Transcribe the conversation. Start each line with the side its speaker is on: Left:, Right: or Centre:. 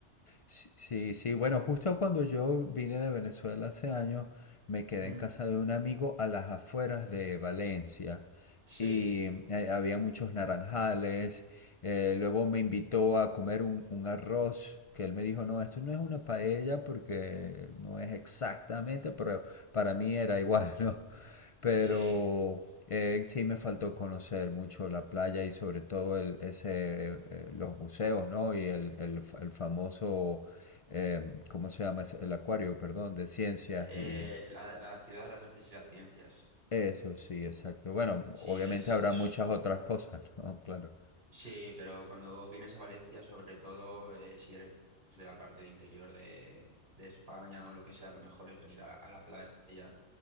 Left: Sí, sí, sí. Bueno, justo cuando yo vine de Venezuela hace años, me quedé
Right: Mm,
Left: en casa de un amigo a las afueras de Valencia
Right: Sí,
Left: y eh, había muchos naranjales. Eh, luego me invitó a comer un, un arroz que él me dijo, no, esto no es una paella porque no es exactamente, pero para mí era igual, <laughs> ¿no? Pero
Right: sí.
Left: eh, sí me faltó conocer mucho la playa y sobre todo el, ese, eh, los museos, ¿no? Y el, el, fa- el famoso, eh, ¿cómo se llama? Es El acuario, perdón, de ciencias
Right: Eh,
Left: y
Right: la, la ciudad de las artes y las ciencias.
Left: eso, sí, exacto. Bueno,
Right: Sí,
Left: obviamente
Right: es,
Left: habrá
Right: es,
Left: muchas otras cosas, ¿no? <laughs> Claro.
Right: Sí, pero cuando vienes a Valencia, sobre todo eh, si eres de la parte de interior de, de España o lo que sea, lo mejor es venir a, a la playa.